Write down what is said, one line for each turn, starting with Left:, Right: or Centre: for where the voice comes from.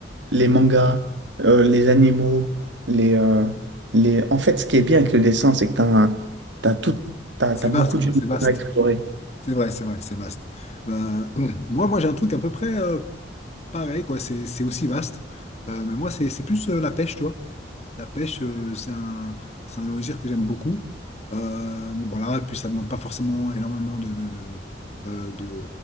Right: les mangas, euh, les animaux, les, euh, les... En fait, ce qui est bien avec le dessin, c'est que tu as, t'as t'as tout,
Left: <laughs>
Right: t'as,
Left: c'est
Right: t'as
Left: vaste
Right: beaucoup
Left: quoi.
Right: d'univers
Left: C'est vaste.
Right: à explorer.
Left: C'est vrai, c'est vrai, c'est vaste. Euh, <clears throat> moi, moi, j'ai un truc à peu près euh, pareil quoi. C'est c'est aussi vaste, Euh, mais moi, c'est c'est plus euh, la pêche, tu vois. La pêche, euh, c'est un, c'est un loisir que j'aime beaucoup. Euh, voilà, et puis ça demande pas forcément énormément de, de, de, euh, de,